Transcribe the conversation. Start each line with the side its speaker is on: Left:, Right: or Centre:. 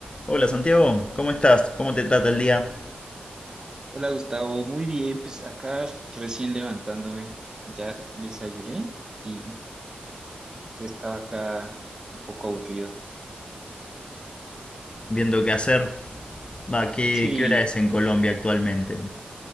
Left: Hola Santiago, ¿cómo estás? ¿Cómo te trata el día?
Right: Hola Gustavo, muy bien, pues acá recién levantándome, ya desayuné y pues, estaba acá un poco aburrido.
Left: Viendo qué hacer. Va, ¿qué,
Right: Sí,
Left: qué hora es en Colombia actualmente?